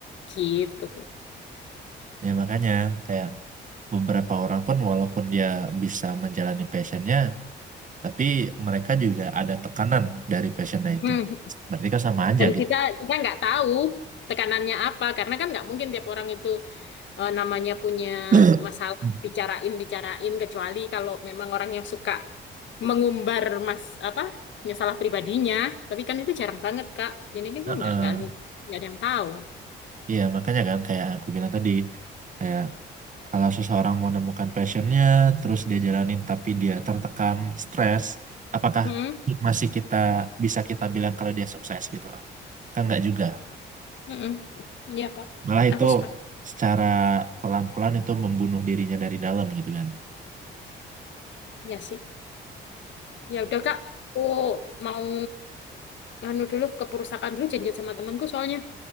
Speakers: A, on the left (about 70°); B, on the right (about 40°).
A: Gitu.
B: Ya makanya kayak beberapa orang pun walaupun dia bisa menjalani passionnya, tapi mereka juga ada tekanan dari passionnya itu.
A: Hmm.
B: Berarti kan sama aja
A: Dan
B: gitu.
A: kita kita nggak tahu tekanannya apa karena kan nggak mungkin tiap orang itu eh, namanya punya
B: <clears throat>
A: masalah
B: Hmm.
A: bicarain bicarain kecuali kalau memang orang yang suka mengumbar mas apa masalah pribadinya. Tapi kan itu jarang banget Kak. Jadi kan
B: Heeh.
A: kan nggak nggak nggak ada yang tahu.
B: Iya makanya kan kayak aku bilang tadi, kayak kalau seseorang mau menemukan passionnya, terus dia jalanin tapi dia tertekan, stres, apakah
A: Hmm,
B: masih kita bisa kita bilang kalau dia sukses gitu loh? Kan nggak juga.
A: hmm, iya Kak.
B: Malah itu
A: Aku sepak
B: secara pelan-pelan itu membunuh dirinya dari dalam gitu kan.
A: Iya sih. Ya udah Kak. Oh mau anu dulu ke perusahaan dulu janjian sama temanku soalnya.